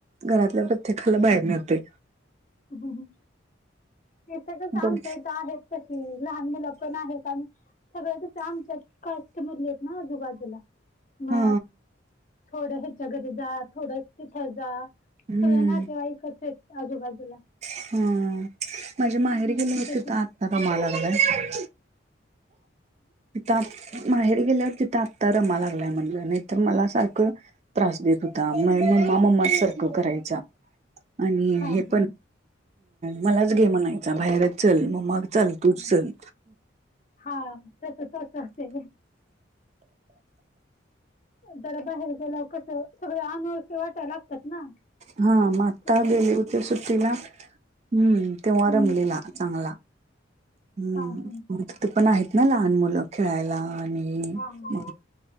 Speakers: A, on the right; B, on the left.
A: घरातल्यां प्रत्येकांला बाहेर नव्हते
B: ह ते सळच
A: बघ
B: आमच्या इथ आहेत तशी लहान मुलं पण आहेत आणि सगळ आमच्या कास्ट मधली आहेत ना आजूबाजूला म
A: हा
B: थोड ह्याच्या घरी जा थोड तिथ जा
A: हम्म
B: सगळं नातेवाईक कस आजूबाजूला
A: हा माझ्या माहेर
B: हम्म
A: गेले होतीि
B: त्याच्या
A: तर आ त का म लागलय प माहेर गेल्यावर तिथं आत्ता रमा लागलाय म्हटलं नाही तरर मला सारखं त्रास देत होता म मम्मा मम्मा सारखं
B: हा
A: करायचा
B: हा
A: आणि
B: हा
A: हे
B: हा
A: पण मलाच घे म्हणायचा बाहेर चल मम्मा चाल तूच
B: हा
A: चल
B: हा तस तस ते जरा बाहेर गेलं कस सगळ अनोळखे वाटायला लागतात ना
A: हा म आता
B: त्याच्यामुळे
A: बेले होते सुट्टीला हम्म तेव्हा
B: हम्म
A: रमलेला चांगला हम्म
B: हा हा
A: मग ति ते पण आहेत ना लहान मुलं खेळायला आणि
B: हा
A: मग